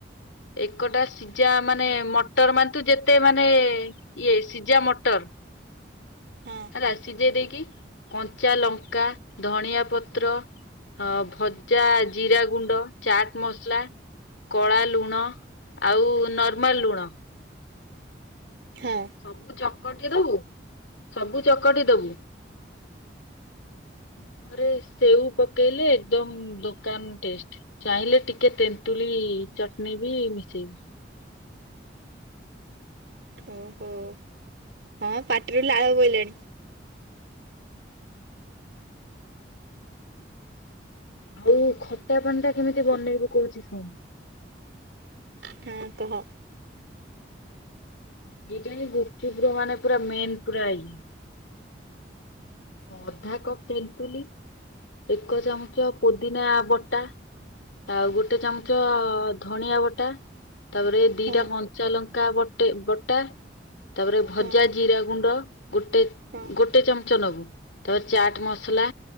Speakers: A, on the left; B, on the right.
A: ଏକଟା ସିଜା ମାନେ ମଟର ମାନନ୍ତୁ ଯେତେ ମାନେ ଇଏ ସିଜା ମଟର
B: ହଁ
A: ହେଲା ସିଝେଇ ଦେଇକି କଞ୍ଚା ଲଙ୍କା, ଧଣିଆ ପତ୍ର ହଁ ଭଜା, ଜିରାଗୁଣ୍ଡ, ଚାଟ ମସଲା କଳା ଲୁଣ ଆଉ ନର୍ମାଲ ଲୁଣ।
B: ହଁ
A: ସବୁ ଚକଟି ଦବୁ, ସବୁ ଚକଟି ଦବୁ। ଉପରେ ସେଉ ପକେଇଲେ ଏକଦମ ଦୋକାନ ଟେଷ୍ଟ। ଚାହିଁଲେ ଟିକେ ତେନ୍ତୁଳି ଚଟନୀ ବି ମିଶେଇବୁ।
B: ଓହ ହଉ ହଁ ପାଟିରୁ ଲାଳ ବୋଇଲାଣି।
A: ଆଉ ଖଟା ପାଣିଟା କେମିତି ବନେଇବୁ କହୁଛି ଶୁଣୁ।
B: ହଁ କହ
A: ଏଇଟା ହି ଗୁପଚୁପ ମାନେ ପୁରା ମେନ୍ ପୁରା ଏଇ। ଅଧା କପ୍ ତେନ୍ତୁଲି, ଏକ ଚାମଚ ପୋଦିନା ବଟା। ଆଉ ଗୋଟେ ଚାମଚ ଧଣିିଆ ବଟା, ତାପରେ ଦିଟା
B: ହଁ
A: କଞ୍ଚାଲଙ୍କା ବଟେ ବଟା ତାପରେ ଭଜା
B: ହଁ
A: ଜିରା ଗୁଣ୍ଡ ଗୋଟେ ଗୋଟେ
B: ହଁ
A: ଗୋଟେ ଚାମଚ ନବୁ ତାପରେ ଚାଟ ମସଲା,